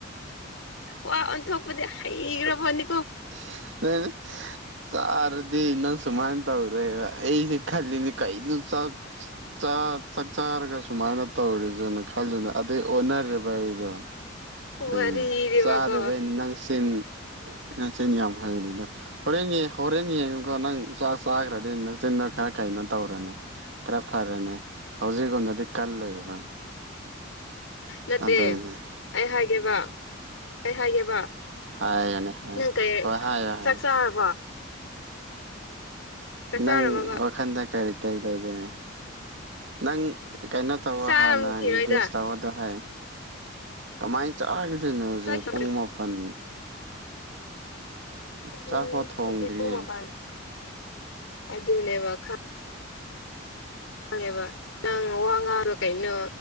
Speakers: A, on the left (about 80°); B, on the right (about 65°).
A: ꯋꯥ ꯑꯣꯟꯊꯣꯛꯄꯗꯤ ꯍꯩꯒꯔꯥꯄꯣꯠꯅꯤꯀꯣ
B: <unintelligible> ꯆꯥꯔꯗꯤ ꯅꯪ ꯁꯨꯃꯥꯏ ꯇꯧꯔꯣꯏꯕ ꯑꯩꯁꯦ ꯈꯜꯂꯤꯅꯤ ꯀꯩꯅꯣ ꯆꯥꯛ ꯆꯥ ꯆꯥꯛ ꯆꯥꯔꯒ ꯁꯨꯃꯥꯏꯅ ꯇꯧꯔꯤꯁꯦꯅ ꯈꯜꯂꯤꯅꯤ ꯑꯗꯩꯏ ꯑꯣꯟꯅꯔꯦꯕ ꯑꯩꯗꯣ ꯑꯗꯩꯏꯅꯦ
A: ꯋꯥꯔꯤꯗꯤꯕꯀꯣ
B: ꯆꯥꯗꯕꯩꯅꯦ ꯅꯪ ꯆꯤꯟ ꯅꯪ ꯆꯤꯟ ꯌꯥꯝ ꯍꯩꯅꯤꯗꯣ ꯍꯣꯔꯦꯟꯌꯦ ꯍꯣꯔꯦꯟ ꯌꯦꯡꯉꯨꯀꯣ ꯅꯪ ꯆꯥꯛ ꯆꯥꯈ꯭ꯔꯗꯤ ꯅꯆꯤꯟꯗꯣ ꯈꯔ ꯀꯩꯅꯣ ꯇꯧꯔꯅꯤ ꯈꯔꯥ ꯐꯔꯅꯤ ꯍꯧꯖꯤꯛꯒꯨꯝꯅꯗꯤ ꯀꯜꯂꯣꯏꯕ
A: ꯅꯠꯇꯦ
B: ꯑꯗꯨꯏꯅꯦ
A: ꯑꯩ ꯍꯥꯏꯒꯦꯕ ꯑꯩ ꯍꯥꯏꯒꯦꯕ
B: ꯍꯥꯏꯒꯅꯤ ꯍꯥꯏ
A: ꯅꯪ ꯀꯩ
B: ꯍꯣꯏ ꯍꯥꯏꯌꯣ ꯍꯥꯏꯌꯣ
A: ꯆꯥꯛ ꯆꯥꯔꯕꯣ ꯆꯥꯛ
B: ꯅꯪ
A: ꯆꯥꯔꯕꯕ
B: ꯋꯥꯈꯟꯗ ꯀꯔꯤ ꯀꯩ ꯂꯩꯒꯦ ꯅꯪ ꯀꯩꯅꯣ ꯇꯧꯋꯣ
A: ꯆꯥꯔꯝꯈꯤꯔꯣꯏꯗ
B: ꯍꯥꯟꯅ ꯒꯦꯁ ꯇꯧꯋꯣꯗꯣ ꯍꯣꯏ ꯀꯃꯥꯏ ꯆꯥꯈꯤꯗꯣꯏꯅꯣ ꯍꯧꯖꯤꯛ
A: ꯆꯥꯈꯤꯔꯣꯏ
B: ꯄꯨꯡ ꯃꯥꯄꯟ
A: ꯄꯨꯡ
B: ꯆꯥꯛꯐꯥꯎ ꯊꯣꯡꯗ꯭ꯔꯤꯌꯦ
A: ꯍꯧꯖꯤꯛ ꯄꯨꯡ ꯃꯄꯥꯜ ꯑꯗꯨꯅꯦꯕ ꯈꯥꯡ ꯈꯪꯉꯤꯕ ꯅꯪ ꯋꯥ ꯉꯥꯡꯗꯣ ꯀꯩꯅꯣ